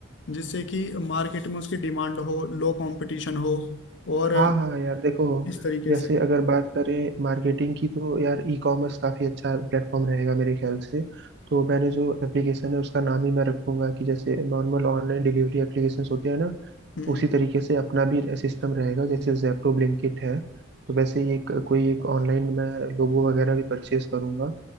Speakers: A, on the left; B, on the right.
A: जिससे कि मार्केट में उसकी डिमांड हो लो कंपटीशन हो और
B: हाँ हाँ यार देखो
A: इस तरीके
B: जैसे
A: से
B: अगर बात करें मार्केटिंग की तो यार ई कॉमर्स काफ़ी अच्छा प्लेटफॉर्म रहेगा मेरे ख्याल से तो मैंने जो एप्लीकेशन है उसका नाम ही मैं रखूंगा कि जैसे नॉर्मल ऑनलाइन डिलीवरी एप्लीकेशंस होते हैं ना
A: हम्म
B: उसी तरीके से अपना भी सिस्टम रहेगा जैसे जैप्टो ब्लिंकिट है तो वैसे ही एक कोई एक ऑनलाइन मैं लोगो वगैरह भी परचेज करूंगा